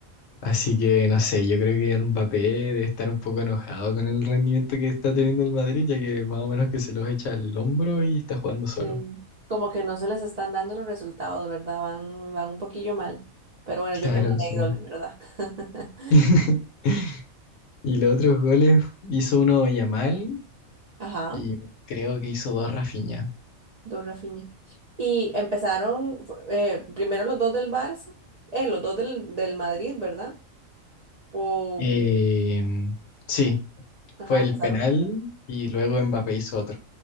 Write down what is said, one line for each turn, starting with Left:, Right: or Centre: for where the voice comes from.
Left: Así que no sé, yo creo que Mbappé debe estar un poco enojado con el rendimiento que está teniendo el Madrid, ya que más o menos que se los echa al hombro y está jugando solo.
Right: Sí. Como que no se les están dando los resultados, ¿verdad? Van, van un poquillo mal. Pero bueno,
Left: Claro,
Right: yo que me alegro,
Left: No. sí.
Right: la verdad. <laughs>
Left: <laughs> Y los otros goles hizo uno Yamal
Right: Ajá,
Left: y creo que hizo dos Rafinha.
Right: dos Rafinha. Y empezaron fu- eh, primero los dos del Barça, eh, los dos del, del Madrid, ¿verdad? O,
Left: Eh, sí,
Right: ajá,
Left: fue
Right: empezaron.
Left: el penal y luego Mbappé hizo otro.